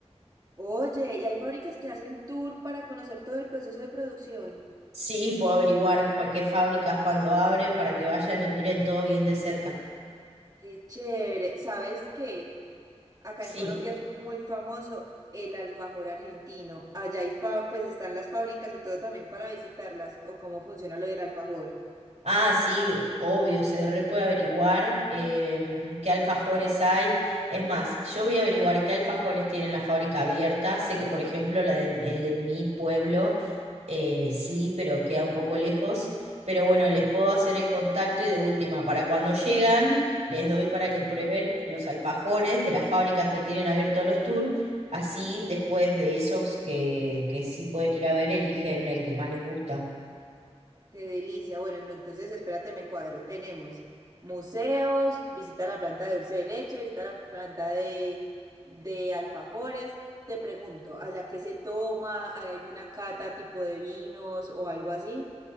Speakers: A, on the right; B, on the right.
A: Oye, y hay fábricas que hacen tour para conocer todo el proceso de producción.
B: Sí, puedo averiguar para qué fábricas cuando abren para que vayan y miren todo bien de cerca.
A: Qué chévere. ¿Sabes qué? Acá
B: Sí.
A: en Colombia es muy famoso el alfajor argentino. Allá hay fa- pues están las fábricas y todo también para visitarlas o cómo funciona lo del alfajor.
B: Ah, sí, obvio, se re puede averiguar em, qué alfajores hay. Es más, yo voy a averiguar qué alfajores tienen la fábrica abierta. Sé que, por ejemplo, la de, el de mi pueblo, eh, sí, pero queda un poco lejos. Pero bueno, les puedo hacer el contacto y de última, para cuando llegan, les doy para que prueben los alfajores de las fábricas que tienen abiertos los tours. Así, después de esos que, que sí pueden ir a ver, eligen el que más les gusta.
A: Qué delicia. Bueno, no, entonces espérate, me cuadro. Tenemos museos, visita la planta de dulce de leche, visita la planta de, de alfajores. Te pregunto, ¿allá qué se toma? ¿Hay alguna cata tipo de vinos o algo así?